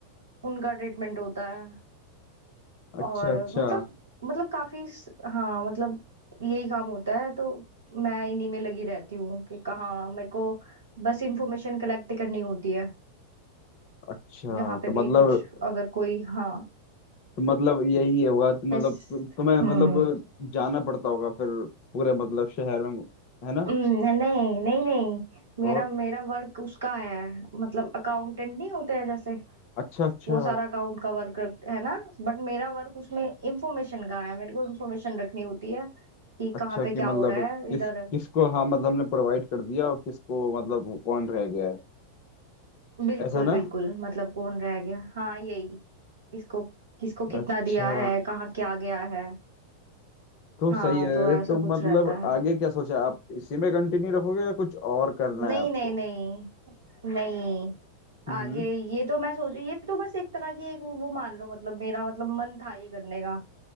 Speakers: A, on the right; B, on the left.
A: उनका ट्रीटमेंट होता है
B: अच्छा
A: और
B: अच्छा
A: मतलब मतलब काफी स- हाँ मतलब यही काम होता है तो मैं इन्हीं में लगी रहती हूँ कि कहाँ मेरे को बस इंफॉर्मेशन कलेक्ट करनी होती है
B: अच्छा
A: जहाँ पे
B: तो
A: भी
B: मतलब
A: कुछ अगर कोई हाँ
B: तो मतलब यही है हुआ तो मतलब
A: बस
B: तु- तुम्हें मतलब
A: हम्म
B: जाना पड़ता होगा फिर पूरे मतलब शहर में है ना
A: हम्म, नहीं नहीं नहीं मेरा
B: और
A: मेरा वर्क उसका है मतलब अकाउंटेंट नहीं होते हैं जैसे
B: अच्छा अच्छा
A: वो सारा अकाउंट का वर्क है ना बट मेरा वर्क उसमें इंफॉर्मेशन का है मेरे को इंफॉर्मेशन रखनी होती है कि
B: अच्छा
A: कहाँ पे
B: कि
A: क्या
B: मतलब
A: हो रहा है
B: किस
A: इधर
B: किसको हाँ मतलब हमने प्रोवाइड कर दिया और किसको मतलब कौन रह गया है
A: बिल्कुल
B: ऐसा ना
A: बिल्कुल मतलब कौन रह गया हाँ यही किसको किसको
B: अच्छा
A: कितना दिया है कहाँ क्या गया है
B: तो
A: हाँ
B: सही है
A: तो ऐसा
B: तो
A: कुछ
B: मतलब
A: रहता है
B: आगे क्या सोचा आप इसी में कंटिन्यू रखोगे या कुछ और करना
A: नहीं
B: है आपको
A: नहीं नहीं नहीं
B: हम्म
A: आगे ये तो मैं सोच ये तो बस एक तरह की एक वो मान लो मतलब मेरा मतलब मन था ये करने का